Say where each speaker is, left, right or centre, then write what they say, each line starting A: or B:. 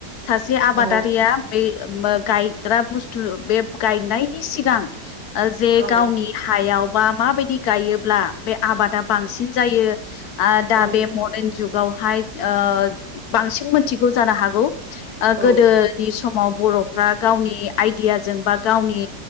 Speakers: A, on the left (about 70°); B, on the right (about 85°).
A: सासे आबादारिया
B: औ
A: बे मो गायग्रा बुस्थु बे गायनायनि सिगां ओ जे
B: औ
A: गावनि हायाव बा माबायदि गायोब्ला बे आबादा बांसिन जायो आ दा
B: औ
A: बे मदेन जुगावहाय ओ बांसिन मोनथिगौ जानो हागौ। ओ
B: औ
A: गोदोनि समाव बर' फ्रा गावनि आइडियाजों बा गावनि